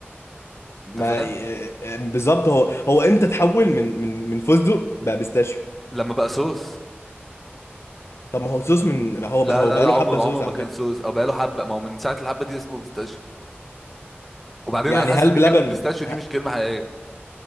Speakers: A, in the centre; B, on the left.
A: انت
B: ما
A: فاهم
B: آه، اه، اه، بالظبط هو هو امتى تحول من من من فستق بقى بيستاشيو
A: لما بقى صوص
B: طب ما هو صوص من هو
A: لا
B: بقى هو
A: لا
B: بقى
A: لا
B: له
A: عمره
B: حبه صوص
A: عمره ما
B: على
A: كان
B: فكره
A: صوص او بقى له حبه ما هو من ساعه الحبه دي اسمه بيستاشيو وبعدين
B: يعني
A: انا حاسس
B: هل
A: ان
B: بلبن
A: كلمه بيستاشيو دي
B: ه-
A: مش كلمه حقيقيه